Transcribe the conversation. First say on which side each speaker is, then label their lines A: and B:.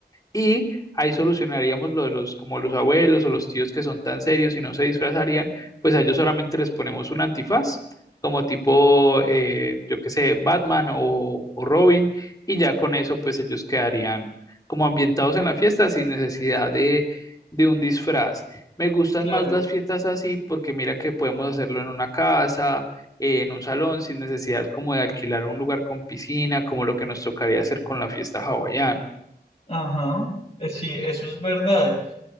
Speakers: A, on the left; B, on the left.
A: y ahí solucionaríamos lo de los, como los abuelos o los tíos que son tan serios y no se disfrazarían, pues a ellos solamente les ponemos un antifaz, como tipo, eh, yo qué sé, Batman o, o Robin, y ya con eso pues ellos quedarían como ambientados en la fiesta sin necesidad de, de un disfraz. Me gustan
B: Claro.
A: más las fiestas así porque mira que podemos hacerlo en una casa. eh, en un salón sin necesidad como de alquilar un lugar con piscina, como lo que nos tocaría hacer con la fiesta hawaiana.
B: Ajá. Eh, Sí, eso es verdad.